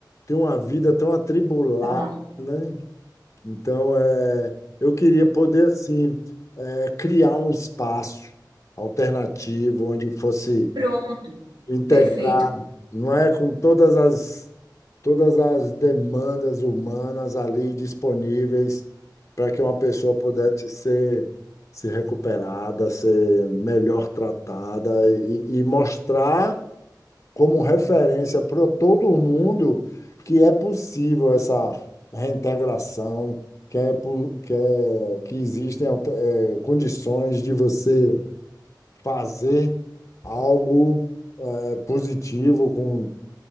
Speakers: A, on the left; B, on the right.
A: tem uma vida tão atribulada,
B: tá lá.
A: né? Então, é, eu queria poder, assim, é, criar um espaço alternativo onde fosse
B: Pronto.
A: integrar,
B: Perfeito.
A: não é? Com todas as, todas as demandas humanas ali disponíveis para que uma pessoa pudesse ser, ser recuperada, ser melhor tratada e, e mostrar como referência para todo mundo que é possível essa reintegração, que é, po- que é- que existem alter- eh, condições de você fazer algo eh, positivo com